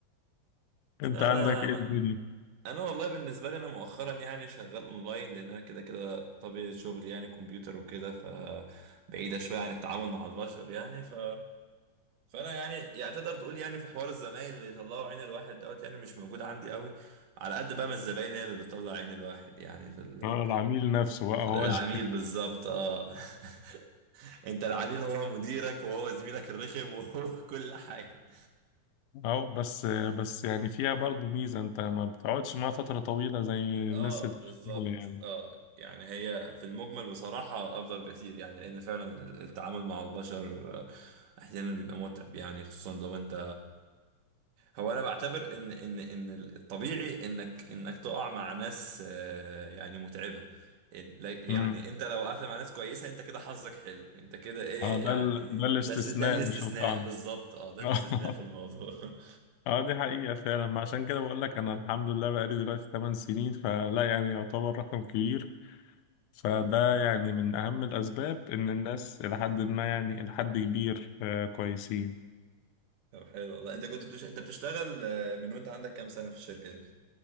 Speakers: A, on the left (about 80°); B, on the right (about 80°).
A: أنت
B: انا
A: عندك إيه
B: انا
A: الدنيا؟
B: انا والله بالنسبه لي انا مؤخرا يعني شغال اونلاين لان انا كده كده طبيعه شغلي يعني كمبيوتر وكده فبعيده شويه عن التعامل مع البشر يعني ف فانا يعني يعني تقدر تقول يعني في حوار الزمايل اللي يطلعوا عين الواحد دوت يعني مش موجود عندي قوي على قد بقى ما الزباين هي اللي بتطلع عين الواحد يعني في ال...
A: اه العميل نفسه بقى هو
B: العميل
A: اللي
B: بالظبط اه <laughs> انت العميل هو مديرك وهو زميلك الرخم وهو <laughs> كل حاجة
A: اه بس بس يعني فيها برضو ميزة انت ما بتقعدش معاها فترة طويلة زي
B: اه
A: الناس اللي
B: بالظبط
A: في الشغل يعني
B: اه يعني هي في المجمل بصراحة افضل بكتير يعني لان فعلا التعامل مع البشر آه، احيانا بيبقى متعب يعني خصوصا لو انت هو انا بعتبر ان ان ان الطبيعي انك انك تقع مع ناس آه، يعني متعبة إن- لا- يعني
A: امم
B: انت لو وقعت مع ناس كويسة انت كده حظك حلو انت كده ايه
A: اه ده
B: يعني
A: ال... ده الاستثناء
B: ده الس- ده الاستثناء
A: مش القاعدة
B: بالظبط اه ده
A: <laughs>
B: الاستثناء في الموضوع <laughs>
A: اه دي حقيقة فعلا ما عشان كده بقول لك انا الحمد لله بقالي دلوقتي 8 سنين فلا يعني يعتبر رقم كبير فده يعني من اهم الاسباب ان الناس الى حد ما يعني الى حد كبير آه كويسين
B: طب حلو والله انت كنت بتش... انت بتشتغل آه، من وانت عندك كام سنة في الشركة دي